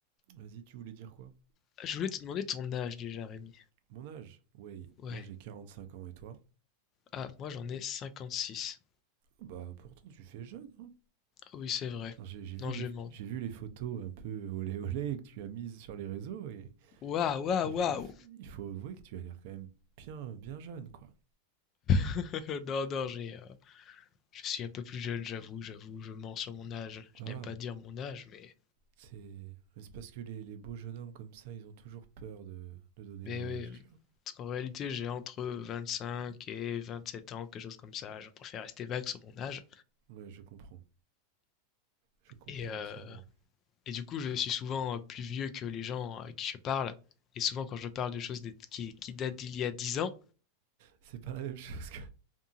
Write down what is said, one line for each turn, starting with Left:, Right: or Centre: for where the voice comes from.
Right: Vas-y, tu voulais dire quoi
Left: Ah, Je voulais te demander ton âge déjà, Rémi.
Right: Mon âge Oui,
Left: Ouais.
Right: moi j'ai 45 ans et toi
Left: Ah, moi j'en ai 56.
Right: Ah Bah pourtant tu fais jeune. hein.
Left: Ah Oui, c'est vrai.
Right: Alors, j'ai j'ai vu,
Left: Non,
Right: les-
Left: je mens.
Right: j'ai vu les photos un peu olé olé que tu as mises sur les réseaux et
Left: Waouh, waouh,
Right: il,
Left: waouh!
Right: il f- il faut avouer que tu as l'air quand même bien, bien jeune quoi.
Left: <laughs> Non, non, j'ai, euh, je suis un peu plus jeune, j'avoue, j'avoue, je mens sur mon âge. Je
Right: Voilà,
Left: n'aime pas dire mon âge, mais.
Right: c'est mais c'est parce que les, les beaux jeunes hommes comme ça ils ont toujours peur de, de donner
Left: Mais
Right: leur
Left: oui.
Right: âge,
Left: euh,
Right: tu vois.
Left: Parce qu'en réalité, j'ai entre 25 et 27 ans, quelque chose comme ça. Je préfère rester vague sur mon âge.
Right: Ouais, je comprends, je comprends
Left: Et, euh,
Right: entièrement.
Left: et du coup, je suis souvent euh, plus vieux que les gens euh, à qui je parle. Et souvent, quand je parle de choses des- qui, qui datent d'il y a dix ans,
Right: C'est pas la même chose que...